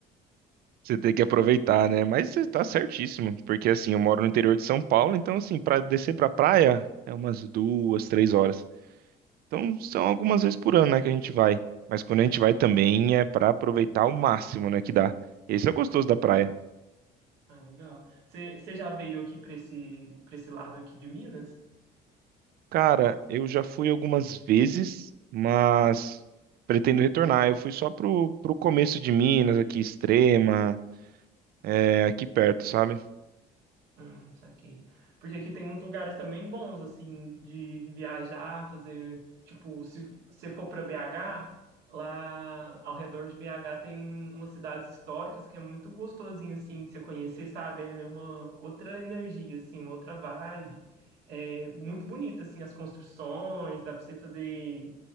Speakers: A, on the right; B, on the right.
A: Você tem que aproveitar, né? Mas você tá certíssimo, porque assim, eu moro no interior de São Paulo, então assim, pra descer pra praia é umas duas, três horas. Então são algumas vezes por ano, né, que a gente vai. Mas quando a gente vai também é pra aproveitar o máximo, né, que dá. Esse é o gostoso da praia.
B: Ah, legal. Você você já veio aqui para esse, para esse lado aqui de Minas?
A: Cara, eu já fui algumas vezes, mas pretendo retornar. Eu fui só pro, pro começo de Minas, aqui, Extrema. é, aqui perto, sabe?
B: Hum, saquei. Porque aqui tem uns lugares também bons, assim, de viajar, fazer. Tipo, se você for para BH, lá ao redor de BH tem umas cidades históricas que é muito gostosinho, assim, de você conhecer, sabe? É uma outra energia, assim, uma outra vibe. É muito bonita, assim, as construções, dá para você fazer.